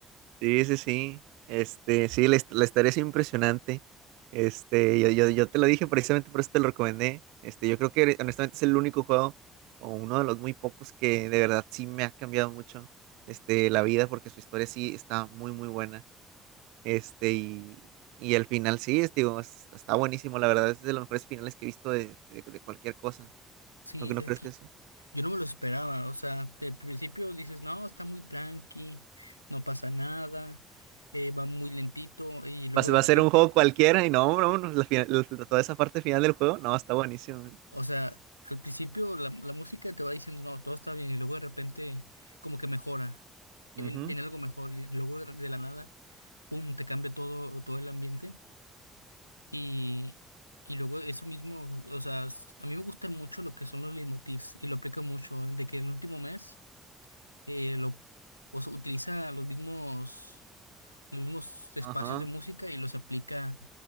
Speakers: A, on the right (about 65°); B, on the left (about 80°).
A: Sí, sí, sí. Este, sí, la, hist- la historia es impresionante. Este, yo, yo, yo te lo dije precisamente por eso te lo recomendé. Este, yo creo que honestamente es el único juego, o uno de los muy pocos, que de verdad sí me ha cambiado mucho, este, la vida, porque su historia sí está muy, muy buena. Este, y, y el final sí, es, digo, es- está buenísimo, la verdad, es de los mejores finales que he visto de, de- de cualquier cosa.
B: Sí,
A: No, que no
B: es
A: crees
B: que
A: que sea.
B: yo no me lo esperaba. O sea, de principio dices, no, está muy tranqui, no pasa nada, eh, va muy lentito y luego
A: Va a ser
B: de
A: va
B: repente.
A: a ser un juego cualquiera y no, no, no, la fina- la- toda esa parte final del juego, no, está buenísimo. eh.
B: O sea, al principio la, la música te va diciendo, no, todo está bien, y luego de repente como que mejora, y
A: Ujú,
B: viene, viene algo mejor, y luego de, de la nada, pum, te cambia todo, todo el ambiente, y, y luego eso mismo, o sea, s- a mí me gustan mucho lo que son los leitmotivs, y lo aplico mucho, ¿eh? de que el último mes, eh, lo, o sea, utiliza los mismos, los mismos espacios
A: Ajá,
B: de música y los aplica